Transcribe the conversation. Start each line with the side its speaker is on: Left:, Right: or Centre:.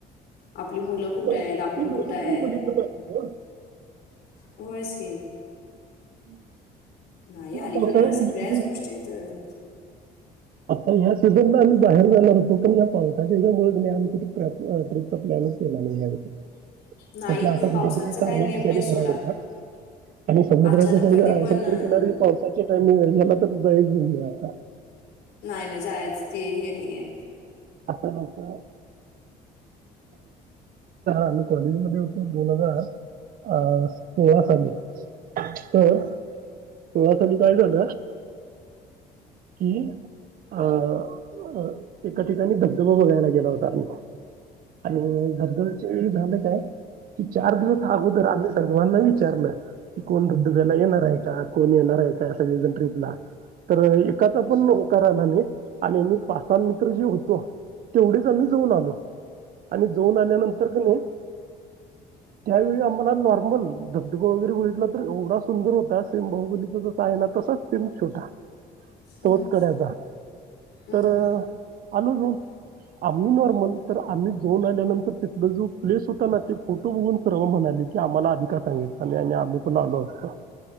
Left: आपली मुलं कुठे
Right: ती
Left: आहेत आपण
Right: लोक
Left: कुठ
Right: तरी
Left: आहे.
Right: बघितलं पाहिजे हो.
Left: होयसे.
Right: <inaudible>
Left: नाही अलीकडं
Right: पावसाळ्यामध्ये
Left: सगळ्याच
Right: कुठे
Left: गोष्टी तर.
Right: आता ह्या सीझनला आम्ही बाहेर जाणार होतो पण या पावसाच्या ह्याचामुळे कुणी आम्ही कुठे ट्रयाप अ ट्रीपचा प्लॅनच केला नाही यामध्ये.
Left: नाही
Right: म्हटलं आता
Left: हे
Right: कुठेतरी
Left: पावसाचं
Right: चांगल्या
Left: काय नेम
Right: ठिकाणी
Left: नाही सोडा
Right: कराव म्हणलात आणि समुद्राच्या
Left: अचानक कधी
Right: या
Left: पण
Right: समुद्रकिनारी
Left: अं,
Right: पावसाच्या टाइमिंगला. <inaudible>
Left: नाही नाही जायचं ते हे नाही हे.
Right: असं <inaudible> या आम्ही कॉलेजमध्ये होतो दोन हजार अ ह सोळा साली. हं पोहा साली पाहिजे होत अ ह, अह अह. त्या ठिकाणी धबधबा बघायला गेला होता आम्ही <inaudible> ये झालं का. की चार दिवस अगोदर आणले सर्वांनाइच. टर्न कोण धबधब्याला येणार आहे का. कोण येणार आहे का, सगळे जण ट्रिपला. तर एकाचा पण नको <inaudible> आणि मि पासंग. जीव होतो. तेवढेच आम्ही जाऊन आलो आणि जाऊन आल्यानंतर क नाही त्यावेळी आम्हाला नॉर्मल धबधबा वगैरे बघितलं तर एवढा सुंदर होता सेम बाहुबलीचा जसा आहे ना तसाच सेम छोटा
Left: हम्म.
Right: तोतकड्याचा
Left: हम्म.
Right: तर आलो जाऊन आम्ही नॉर्मल तर आम्ही जाऊन आल्यानंतर तिथला जो प्लेस होता ना ते फोटो बघून सर्व म्हणाले की आम्हाला आधी का सांगायचं आणि आणि आम्ही पण आलो असतो